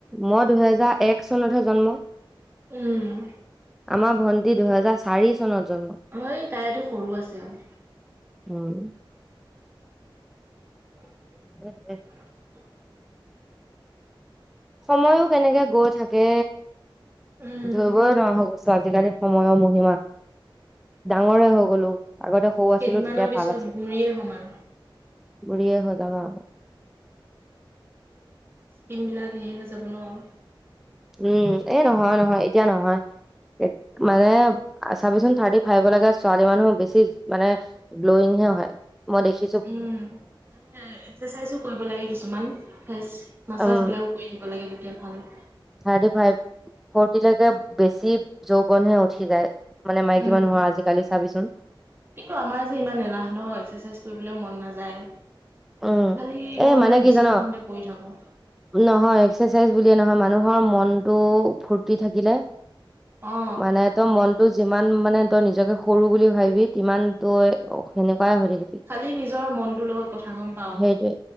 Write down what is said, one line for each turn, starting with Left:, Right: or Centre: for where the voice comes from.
Centre: মই দুহেজাৰ এক চনতহে জন্ম।
Right: উম।
Centre: আমা ভন্টি দুহেজাৰ চাৰি চনত জন্ম।
Right: হয় তাইটো সৰু আছে আৰু।
Centre: উম।
Right: উ <unintelligible> <unintelligible>
Centre: উম
Right: <inaudible>
Centre: সময়ো কেনেকে গৈ থাকে,
Right: উম
Centre: ধৰিবই নোৱাৰা হৈ গৈছোঁ আজিকালি সময়ো ম হিমা ডাঙৰে হৈ গলোঁ। আগতে সৰু আছিলো
Right: কেইদিনমানৰ
Centre: তেতিয়া
Right: পিছত
Centre: ভাল আছিলো।
Right: বুঢ়ীয়ে হ'ম আৰু
Centre: বুঢ়ীয়ে হৈছো ন।
Right: স্কিন বিলাক হেৰি হৈ যাব ন?
Centre: উম এ নহয়, নহয় এতিয়া নহয়। মানে অ চাবিচোন থাৰ্টি ফাইভলেকে ছোৱালী মানুহ বেছি মানে গ্লয়িংহে হয় মই দেখি
Right: উম হে এক্সাৰচাইজো কৰিব লাগে কিছুমান ফেচ মাছাজ
Centre: উম,
Right: বিলাকো কৰি থাকি বেলেগে তেতিয়া ভাল।
Centre: থাৰ্টি ফাইভ, ফৰটিলৈকে বেছি যৌৱনহে উঠি যায়। মানে মাইকী
Right: উম
Centre: মানুহৰ আজিকালি চাবিচোন।
Right: কিন্তু আমাৰ যে ইমান এলাহ নহয় এক্সাৰচাইজ কৰিবলৈও মন নাযায়।
Centre: উম
Right: খালি
Centre: এ
Right: মই মানে,
Centre: কি
Right: বিচনাখনতে
Centre: জান
Right: পৰি থাকোঁ।
Centre: নহয় এক্সাৰচাইজ বুলিয়ে নহয়, মানুহৰ মনটো ফুৰ্তি থাকিলে
Right: অ
Centre: মানে তই মনতটো যিমান মানে তই নিজকে সৰু বুলি ভাবিবি সিমান তই সেনেকুৱাই হৈ থাকিবি।
Right: খালি নিজৰ মনটোৰ লগত কথা ক।
Centre: সেইটোয়ে,